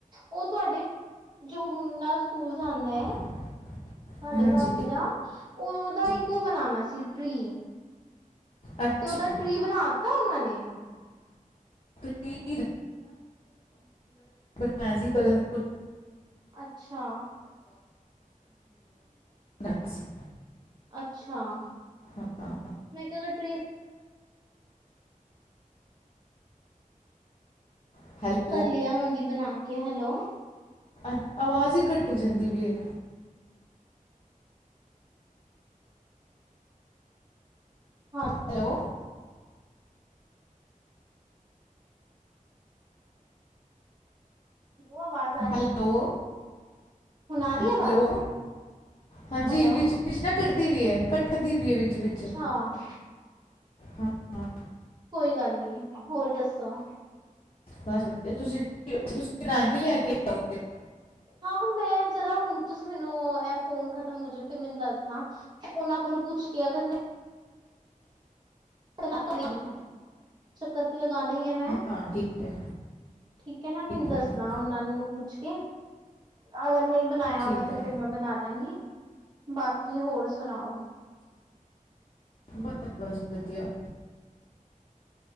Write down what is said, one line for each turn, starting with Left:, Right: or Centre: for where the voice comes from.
Right: ਓ ਤੁਆਡੇ ਜੋ ਮੁੰਡਾ ਸਕੂਲ ਜਾਂਦਾ
Left: ਅੱਛਾ
Right: ਐ ਤਾਡੀ
Left: ਹਾਂਜੀ
Right: ਭਾਬੀ ਦਾ। ਔਰ‌ ਓਦਾ
Left: ਜੀ,
Right: ਇੱਕ ਓ ਬਨਾਨਾ ਸੀ ਟ੍ਰੀ।
Left: ਅੱਛਾ
Right: ਤੇ ਓਦਾ ਟ੍ਰੀ ਬਨਾ ਤਾ ਓਨਾਂ ਨੇ?
Left: ਟ੍ਰੀ ਬਨਾਏਆ ਸੀ ਕਲਰ।
Right: ਅੱਛਾ
Left: <unintelligible>
Right: ਅੱਛਾ‌।
Left: ਹਾਂ
Right: ਮੈਂ ਕੇਆ ਓਦਾ ਟ੍ਰੀ
Left: ਹੈਲੋ।
Right: ਕੱਲ ਲੇ ਆਂਵਾਂਗੀ ਬਨਾ ਕੇ। ਹੈਲੋ।
Left: ਅ ਆਵਾਜ਼ ਈ ਕਟੀ ਜਾਂਦੀ ਪੀ ਏ।
Right: ਹਾਂ-
Left: ਹੈਲੋ।
Right: ਓ ਵਾਜ਼
Left: ਹੈਲੋ
Right: ਹੁਨ ਆ ਰੀਏ
Left: ਹੈਲੋ
Right: ਵਾਜ਼।
Left: ਹਾਂਜੀ
Right: ਹੈਲੋ।
Left: ਵਿੱਚ ਵਿੱਚ ਨਾ ਕੱਟਦੀ ਪੀ ਏ। ਕੱਟਦੀ ਪੀ ਏ ਵਿੱਚ ਵਿੱਚ।
Right: ਹਾਂ।
Left: ਹਾਂ ਹਾਂ,
Right: ਕੋਈ ਗੱਲ ਨੀ, ਹੋਰ ਦੱਸੋ।
Left: ਬਸ ਵਧੀਆ। ਤੁਸੀ ਬਨਾਕੇ ਲੈ ਕੇ ਆਓਗੇ।
Right: ਹਾਂ ਮੈਂ ਜਰਾ ਹੁਣ ਤੁਸੀਂ ਮੈਨੂੰ ਐ ਫੋਨ ਖ਼ਤਮ ਹੋ ਜੇ ਫਿਰ ਮੈਨੂੰ ਦੱਸਣਾ ਉਨਾਂ ਕੋਲੋਂ ਪੁੱਛ ਕੇ ਅਗਰ ਨੀ <inaudible> ਸੱਕਰ 'ਤੇ ਲਗਾਨੀ ਐ ਮੈਂ।
Left: ਹਾਂ ਠੀਕ ਹੈ
Right: ਠੀਕ ਏ ਨਾ ਮੈਨੂੰ ਦੱਸ
Left: ਹੈ ਠੀਕ-
Right: ਨਾ ਉਨਾਂ ਨੂੰ ਪੁੱਛ ਕੇ। ਅਗਰ ਨਈ ਬਣਾਇਆ
Left: ਠੀਕ
Right: ਹੋਗਾ 'ਤੇ
Left: ਹੈ
Right: ਫਿਰ ਮੈਂ ਬਣਾਦਾਂਗੀ, ਬਾਕੀ ਹੋਰ ਸੁਣਾਓ?
Left: ਬਸ-ਬਸ ਵਧੀਆ।